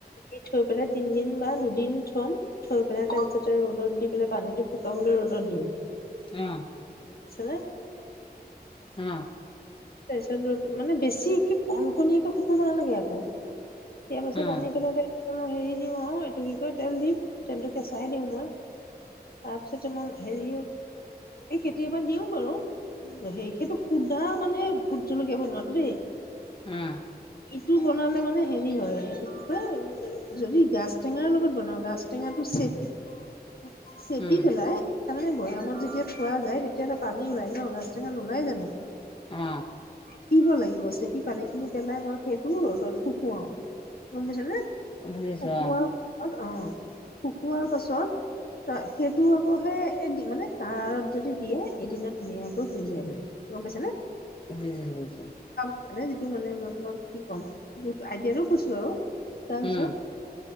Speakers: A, on the left; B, on the left.
A: দি থৈ পেলাই তিনিদিন বা দুদি দিন থম। থৈ পেলাই তাৰপিছত ৰ'দত দি পেলাই পানীটো শুকাবলৈ ৰ'দত দিওঁ
B: আহ।
A: বুজিছানে!
B: হ।
A: তাৰপিছত মানে বেছিকে কণ কণীয়াকে শুকুব নালাগে আকৌ ইয়াৰ পাছত
B: অ',
A: আনি পেলাই মই হেৰি দিওঁ আৰু এইটো কি ক তেল দিম তেলটো কেঁচাই দিও মই তাৰপিছতে মই হেৰি এই কেতিয়াবা দিও বাৰু হে সেইটো সুধা মানে ভুট জলকীয়া বনোৱাটো দেই
B: আহ।
A: টো বনালে মানে হেৰি হয় এইটো কি কয় যদি গাছ টেঙাৰ লগত বনাওঁ গাছ টেঙাটো চেপি চেপি
B: উম,
A: পেলাই তাৰমানে বৈয়ামত যেতিয়া থোৱা যায় তেতিয়াযে পানী ওলাই ন গা টেঙা ওলাই জানো। <unintelligible>
B: অ।
A: চেপিব লাগিব চেপি পানী খিনি পেলাই মই সেইটো ৰ'দত শুকুৱাও গম পাইছ নে? <unintelligible>
B: বুজিচোৱা
A: শুকোৱাৰ পাছত অ শুকোৱাৰ পাছত ত সেইটো আকৌ সে মানে কাৰাৰত যদি দিয়ে এদিনত ধুনীয়াকৈ হৈ যায় মানে গম পাইছে নে?
B: বুজিছোঁ বুজিছোঁ।
A: মানে যিটো মানে মই তোমাক কি ক'ম আইডিয়াটো কৈছো আৰু তাৰ পাছত
B: উম,